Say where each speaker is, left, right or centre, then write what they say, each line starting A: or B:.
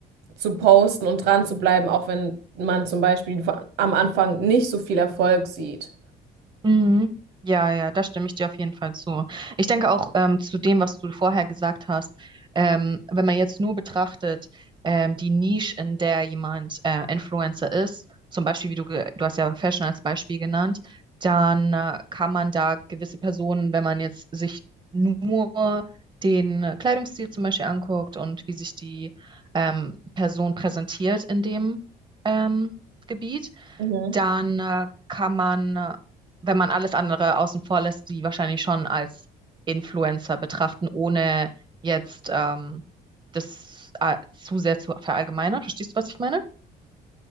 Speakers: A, on the right (about 85°); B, on the right (about 30°).
A: zu posten und dran zu bleiben, auch wenn man zum Beispiel von- am Anfang nicht so viel Erfolg sieht.
B: mhm. Ja, ja, da stimme ich dir auf jeden Fall zu. Ich denke auch ähm, zu dem, was du vorher gesagt hast, ähm, wenn man jetzt nur betrachtet, ähm, die Nische, in der jemand äh, Influencer ist, zum Beispiel, wie du, ge- du hast ja Fashion als Beispiel genannt, dann äh, kann man da gewisse Personen, wenn man jetzt sich nur den Kleidungsstil zum Beispiel anguckt und wie sich die ähm, Person präsentiert in dem ähm, Gebiet,
A: Mhm.
B: dann äh, kann man, äh, wenn man alles andere außen vor lässt, die wahrscheinlich schon als Influencer betrachten, ohne jetzt ähm, das äh, zu sehr zu verallgemeinern. Verstehst du, was ich meine?